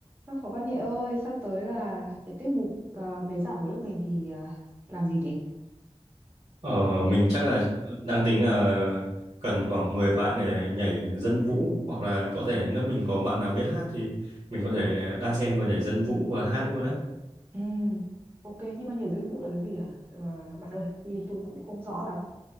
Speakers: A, on the right; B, on the right.
A: Các phó văn nghệ ơi, sắp tới là cái tiết mục à, bế giảng của lớp mình thì à, làm gì nhỉ?
B: Ờ, mình chắc là đang tính là cần khoảng 10 bạn để nhảy dân vũ hoặc là có thể nếu mình có bạn nào biết hát thì mình có thể đan xen vừa nhảy dân vũ vừa hát luôn đấy.
A: Ừ, ok, nhưng mà nhảy dây vũ là cái gì hả? Ờ, bạn ơi, vì tôi cũng không rõ lắm.